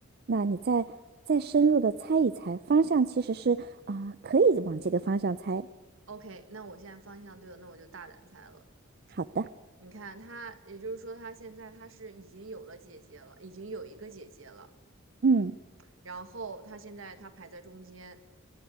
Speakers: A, on the right (about 50°); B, on the right (about 70°).
A: 那你再再深入的猜一猜，方向其实是啊，呃可以往这个方向猜。
B: OK，那我现在方向对了，那我就大胆猜了。
A: 好的，
B: 你看他，也就是说他现在他是已经有了姐姐了，已经有一个姐姐了，
A: 嗯，
B: 然后他现在他排在中间，